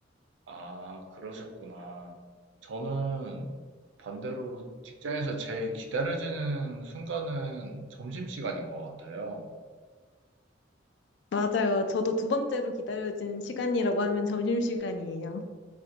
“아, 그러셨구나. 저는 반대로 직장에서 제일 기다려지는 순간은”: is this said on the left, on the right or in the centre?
Right